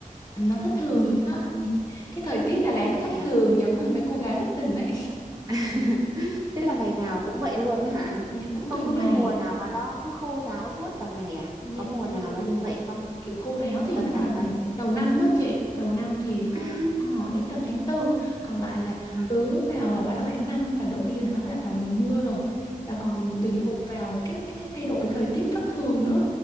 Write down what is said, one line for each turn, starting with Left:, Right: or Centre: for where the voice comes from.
Left: nó thất thường
Right: ừ,
Left: vậy đó <laughs> Nhìn- cái thời tiết Đà Lạt nó thất
Right: thế à.
Left: thường giống mấy cô gái thất tình ấy
Right: <laughs> Thế là ngày nào cũng vậy luôn hả?
Left: dạ cũng
Right: Không
Left: tùy
Right: có
Left: ngày
Right: cái mùa nào mà nó cứ khô ráo suốt cả ngày à?
Left: dạ
Right: Có mùa
Left: thường
Right: nào nó như vậy không?
Left: kiểu khô ráo thì
Right: Tầm
Left: nó
Right: tháng
Left: là
Right: mấy?
Left: đầu năm á chị đầu năm thì lúc
Right: À,
Left: họ đến tầm tháng tư còn lại là
Right: à,
Left: cứ vào là bắt đầu tháng 5 và đổ đi là nó là vào mùa mưa rồi và còn
Right: ừ,
Left: tùy thuộc vào cái cái thay đổi thời tiết thất thường nữa